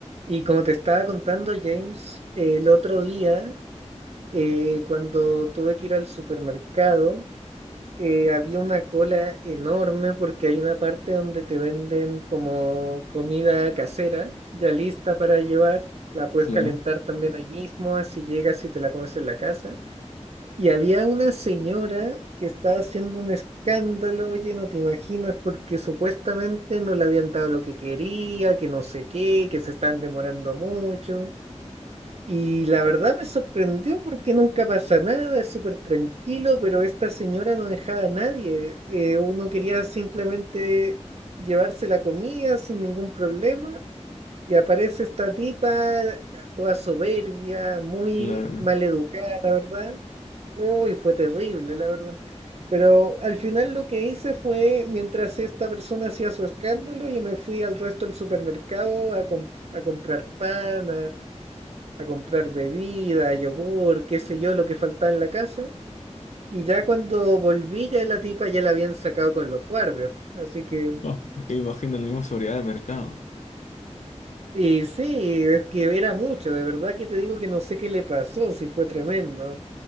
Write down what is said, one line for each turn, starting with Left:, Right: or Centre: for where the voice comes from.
Right: Y como te estaba contando, James, el otro día, eh, cuando tuve que ir al supermercado, eh, había una cola enorme porque hay una parte donde te venden como comida casera, ya lista para llevar. La puedes
Left: Claro,
Right: calentar también ahí mismo, así llegas y te la comes en la casa. Y había una señora que estaba haciendo un escándalo, oye, no te imaginas, porque supuestamente no le habían dado lo que quería, que no sé qué, que se están demorando mucho. Y la verdad me sorprendió porque nunca pasa nada, es súper tranquilo, pero esta señora no dejaba a nadie. Eh, uno quería simplemente llevarse la comida sin ningún problema y aparece esta tipa eh, toda soberbia, muy
Left: claro, claro.
Right: maleducada, la verdad. Uy, fue terrible, la verdad. Pero al final lo que hice fue, mientras esta persona hacía su escándalo, yo me fui al resto del supermercado a, com- a comprar pan, a comprar bebida, yogur, qué sé yo, lo que faltaba en la casa. Y ya cuando volví, ya la tipa ya la habían sacado con los guardias. Así que,
Left: <laughs> Imagino la misma seguridad de mercado.
Right: y sí, es que era mucho, de verdad que te digo que no sé qué le pasó, si fue tremendo.